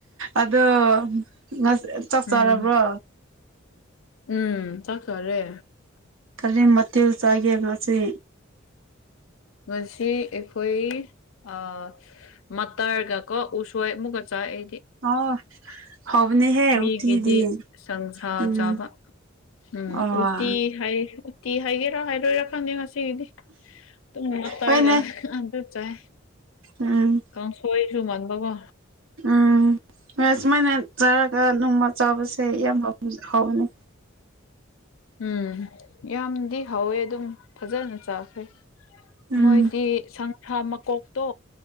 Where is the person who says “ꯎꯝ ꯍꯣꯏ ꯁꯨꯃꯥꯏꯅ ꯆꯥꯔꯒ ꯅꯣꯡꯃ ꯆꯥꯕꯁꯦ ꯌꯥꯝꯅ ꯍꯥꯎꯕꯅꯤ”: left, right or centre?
Right